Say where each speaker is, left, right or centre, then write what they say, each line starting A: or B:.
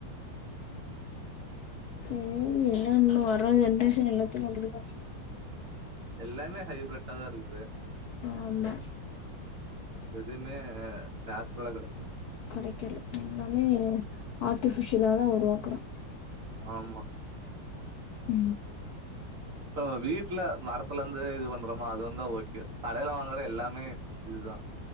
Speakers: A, on the left; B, on the right.
A: சேரி என்ன இன்னு வர்ர ஜென்ரேஷன் எல்லாத்தக்கு கொண்டுடுதா
B: எல்லாமே ஹைபிரட்டா தா இருக்குது
A: ஆமா
B: எதுமே நேச்ரலா கெடைக்கு
A: கடைக்கல எல்லாமே ஆர்ட்டிபிஷியலா தா உருவாக்குறா
B: ஆமா
A: உ
B: இப்ப நம்ம வீட்டுல மரத்துல இருந்து இது பண்றோமா அது வந்தா ஓகே கடையில வாங்கற எல்லாமே இதுதா